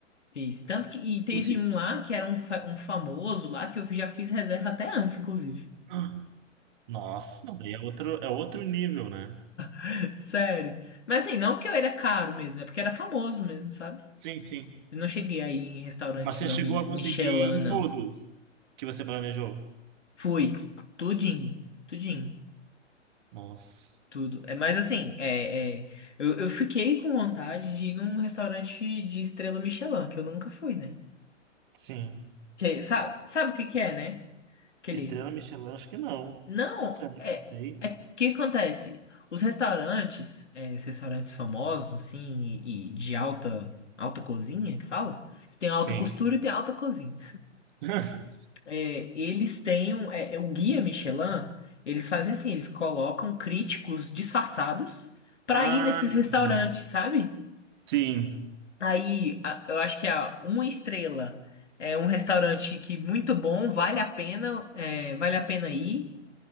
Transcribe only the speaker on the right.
Consegui.
Ah, Nossa, daí é outro, é outro nível, né?
Sim, sim.
Mas você chegou a
conseguir em
tudo que você planejou?
Nossa,
sim.
Estrela Michelin, acho que não.
Será que
eu sei?
Sim.
<laughs>
Ah,
entendi.
sim.